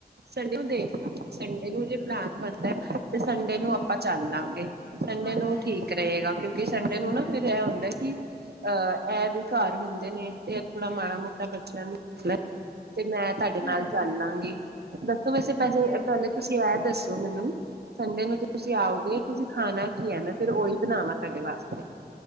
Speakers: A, on the right; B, on the left.
A: ਸੰਡੇ ਨੂੰ ਦੇਖ ਲ ਸੰਡੇ ਨੂੰ ਜੇ ਪਲਾਨ ਬਣਦਾ। ਤੇ ਸੰਡੇ
B: ਹੂੰ
A: ਨੂੰ ਆਪਾਂ ਚੱਲ ਲਾਂਗੇ ਸੰਡੇ
B: ਹਾਂਜੀ
A: ਨੂੰ
B: ਹਾਂਜੀ
A: ਠੀਕ ਰਹੇਗਾ ਕਿਉਂਕਿ ਸੰਡੇ ਨੂੰ
B: ਹਾਂ
A: ਨਾ ਫਿਰ ਇਹ ਹੁੰਦਾ ਕਿ ਅਹ ਇਹ ਵੀ ਘਰ ਹੁੰਦੇ ਨੇ ਤੇ ਇਹ ਥੋੜਾ ਮਾੜਾ ਮੋਟਾ ਬੱਚਿਆਂ ਨੂੰ ਤੇ ਮੈਂ ਤੁਹਾਡੇ ਨਾਲ
B: ਹਾਂਜੀ
A: ਚੱਲ ਲਾਂਗੀ ਦੱਸੋ ਵੈਸੇ
B: ਹਾਂਜੀ
A: ਪੈਸੇ
B: ਹਾਂਜੀ
A: ਪਹਿਲੇ ਤੁਸੀਂ ਇਹ ਦੱਸੋ? ਮੈਨੂੰ ਸੰਡੇ ਨੂੰ ਤੁਸੀਂ ਆਓਗੇ ਤੁਸੀਂ ਖਾਣਾ ਕੀ ਹੈ ਮੈਂ ਫਿਰ ਓਹੀ ਬਣਾਵਾਂ ਤੁਹਾਡੇ ਵਾਸਤੇ